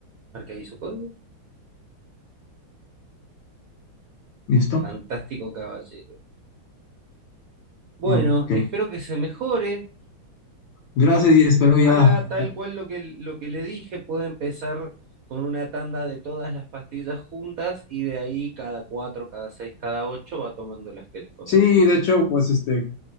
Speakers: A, on the right; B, on the left.
A: Marca ahí su código.
B: Listo.
A: Fantástico caballero. Bueno,
B: Ok.
A: espero que se mejore.
B: Gracias y espero ya.
A: Haga
B: a
A: tal
B: ver.
A: cual lo que, lo que le dije. Puede empezar con una tanda de todas las pastillas juntas y de ahí cada cuatro, cada seis, cada ocho va tomando las que le corresponden.
B: Sí, de hecho, pues este,